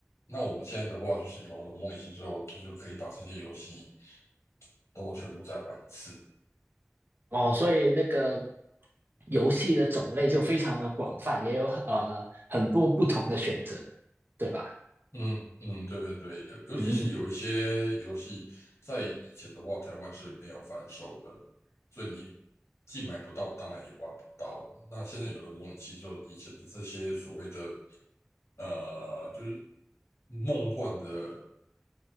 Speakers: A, on the left; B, on the right.
A: 那我们现在的话，就是有了模拟器之后，就是可以把这些游戏都全部再玩一次。
B: 哦，所以那个游戏的种类就非常的广泛，也有呃很多不同的选择，对吧？
A: 嗯嗯，对对对，呃尤其是有一些游戏在以前的话，
B: 嗯。
A: 台湾是没有贩售的，所以你既买不到，当然也玩不到。那现在有了模拟器之后，以前的这些所谓的呃，就是梦幻的。